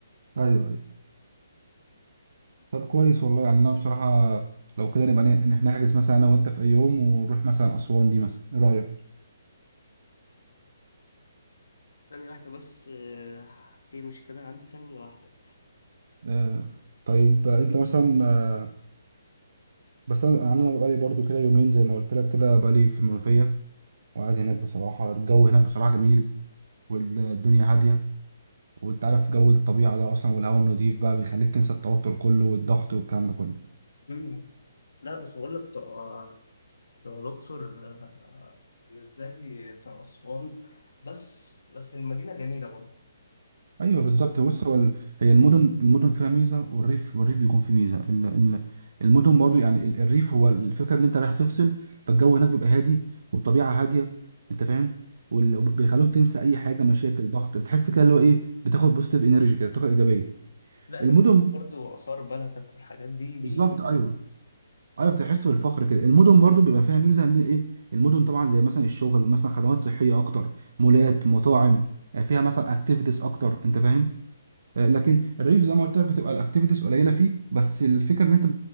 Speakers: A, on the right (about 55°); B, on the left (about 80°).
A: ايوه ايوه طب كويس والله يعني انا بصراحه لو كده نبقى ن- إن نحجز مثلا انا وانت في اي يوم ونروح مثلا اسوان دي مثلا ايه رايك
B: ثانية واحدة بس آه، في مشكلة عندي ثانية واحدة
A: آه طيب آه، انت مثلا آه بس انا انا بقالي برضو كده يومين زي ما قلت لك كده بقالي في المنوفيه وقاعد هناك بصراحه الجو هناك بصراحه جميل والدنيا هاديه وانت عارف جو الطبيعه ده اصلا والهواء النضيف بقى بيخليك تنسى التوتر كله والضغط والكلام ده كله
B: مم. لا بس بقول لك بتوع بتوع الأقصر آه، مش زي بتوع أسوان بس بس المدينة جميلة برضه
A: ايوه بالظبط بص هو ال- هي المدن المدن فيها ميزه والريف والريف بيكون فيه ميزه ال- ال- المدن برضو يعني ال- الريف هو الفكره ان انت رايح تفصل فالجو هناك بيبقى هادي والطبيعه هاديه انت فاهم وال- وبيخلوك تنسى اي حاجه مشاكل ضغط بتحس كده اللي هو ايه بتاخد بوزيتيف انرجي كده طاقه ايجابيه
B: لأنك
A: المدن
B: بتشوف برضه آثار بلدك والحاجات دي
A: بالظبط ايوه ايوه بتحس بالفخر كده المدن برضو بيبقى فيها ميزه ان ايه المدن طبعا زي مثلا الشغل مثلا خدمات صحيه اكتر مولات مطاعم فيها مثلا اكتيفيتيز اكتر انت
B: دي
A: فاهم آه، لكن الريف زي ما قلت لك بتبقى الاكتيفيتيز قليله فيه بس الفكره ان انت